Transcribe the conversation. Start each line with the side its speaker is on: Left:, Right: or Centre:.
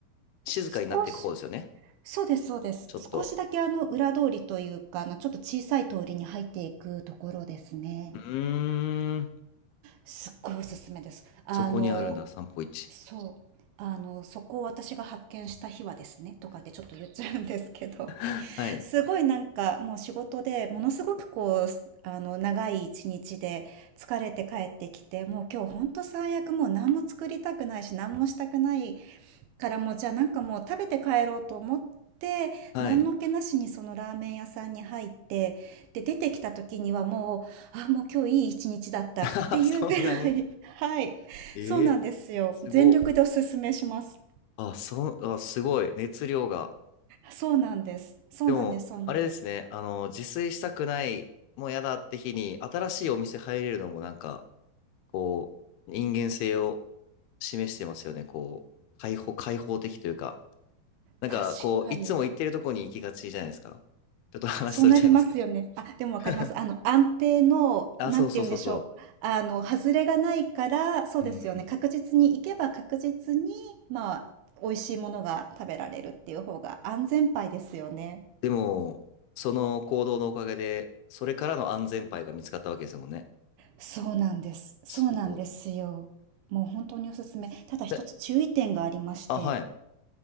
Left: 静かになっていく方ですよね。
Right: 少し、そうですそうです。
Left: ちょっと。
Right: 少しだけあの裏通りというか、あのちょっと小さい通りに入っていくところですね。
Left: うーん、
Right: すっごいおすすめです。あの、
Left: そこにあるんだ、散歩市。
Right: そう。あの、そこを私が発見した日はですね、とかでちょっと言っちゃうんですけど、
Left: <laughs> はい。
Right: <laughs> すごいなんかもう仕事でものすごくこう、あの、長い一日で疲れて帰ってきて、もう今日ほんと最悪もう何も作りたくないし、何もしたくないからもうじゃあなんかもう食べて帰ろうと思って何の気なしにそのラーメン屋さんに入ってで出てきた時にはもうあもう今日いい一日だったっていうぐらい
Left: はい。<laughs> そんなに
Right: <laughs> はいそうなんですよ全力でおすすめします
Left: ええすご。あ、そ、あ、すごい。熱量が。
Right: そうなんですそうなんですそうなんです
Left: でも、あれですね。あの、自炊したくない、もうやだって日に、新しいお店入れるのもなんか、こう、人間性を示してますよね。こう、開放、開放的というか。なんか、
Right: 確かに
Left: こう、いつも行ってるとこに行きがちじゃないですか。ちょっと話それちゃいますけど。
Right: そうなりますよね。あ、でもわかります。
Left: <laughs>
Right: あの、安定の、
Left: あ、
Right: なんて言うんでしょう、
Left: そうそうそうそ
Right: あの、外れがないから、そうですよね、
Left: う。うんうん。
Right: 確実に行けば確実に、まあ、美味しいものが食べられるっていう方が安全牌ですよね。
Left: でも、その行動のおかげで、それからの安全牌が見つかったわけですもんね。
Right: そうなんです。そうなんですよ。
Left: すごい。
Right: もう本当におすすめ。ただ一つ注意点がありまして、
Left: えあ、はい。